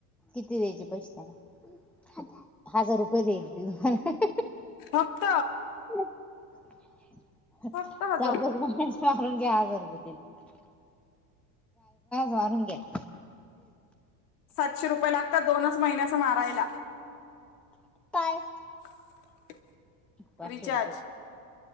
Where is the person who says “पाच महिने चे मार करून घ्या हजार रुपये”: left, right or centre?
Centre